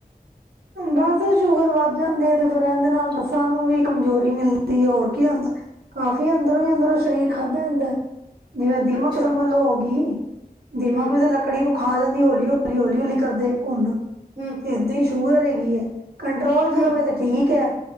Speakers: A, on the right (about 80°); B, on the right (about 35°).
A: ਬਸ ਸ਼ੂਗਰ ਵੱਧ ਜਾਂਦੀ ਏ ਤੇ ਫੇਰ ਐੰਦੇ ਨਾਲ ਨਸਾਂ ਨੂੰ ਵੀ ਕਮਜ਼ੋਰੀ ਮਿਲਦੀ ਏ, ਹੋਰ ਕੀ ਹੁੰਦਾ। ਕਾਫੀ ਅੰਦਰੋਂ ਹੀ ਅੰਦਰੋਂ ਸਰੀਰ ਖਾਧਾ ਜਾੰਦੈਂ। ਜਿਵੇਂ ਦੀਮਕ
B: ਅੱਛਾ
A: ਸੰਮਝ ਲੋ ਹੋ ਗੀ। ਦੀਮਕ
B: ਹੂੰ
A: ਵੀ ਤੇ ਲ ਲਕੜੀ ਨੂੰ ਖਾ ਜਾਂਦੀ ਏ, ਹੌਲੀ-ਹੌਲੀ, ਹੌਲੀ-ਹੌਲੀ ਕਰਦੇ ਘੁੰਣ।
B: ਹੂ
A: ਏਦਾਂ ਹੀ ਸ਼ੂਗਰ ਹੈਗੀ ਏ, ਕੰਟਰੋਲ ਚ
B: ਹੂੰ
A: ਰਵੇ ਤੇ ਠੀਕ ਹੈ,